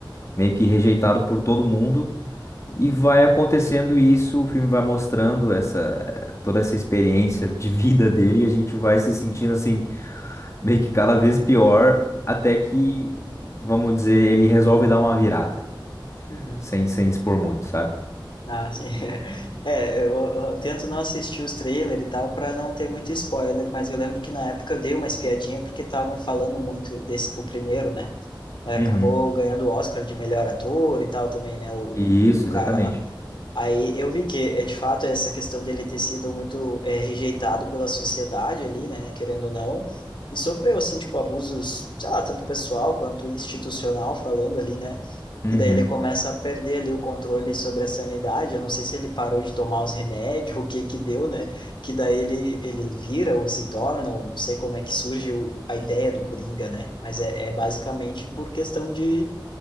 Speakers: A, on the left; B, on the left.
A: meio que rejeitado por todo mundo.
B: Uhum.
A: E vai acontecendo isso, o filme vai mostrando essa toda essa experiência de vida dele e a gente vai se sentindo assim meio que cada vez pior, até que, vamos dizer, ele resolve dar uma virada,
B: Uhum.
A: sem, sem expor muito, sabe?
B: Ah, sim. <laughs> É, eu, eu tento não assistir os trailers e tal para não ter muito spoiler, mas eu lembro que na época eu dei uma espiadinha porque estavam falando muito desse, o primeiro, né? É, acabou
A: Uhum.
B: ganhando o Oscar de melhor ator e tal também, né? O,
A: Isso,
B: o o cara
A: exatamente.
B: lá. Aí eu vi que, é, de fato, essa questão dele ter sido muito é, rejeitado pela sociedade ali, né, querendo ou não, e sofreu, assim, tipo, abusos, sei lá, tanto pessoal quanto institucional falando ali, né,
A: Uhum.
B: e daí ele começa a perder ali o controle sobre a sanidade, eu não sei se ele parou de tomar os remédios, <laughs> o que que deu, né, que daí ele, ele vira ou se torna, ou não sei como é que surge o, a ideia do Coringa, né, mas é, é basicamente por questão de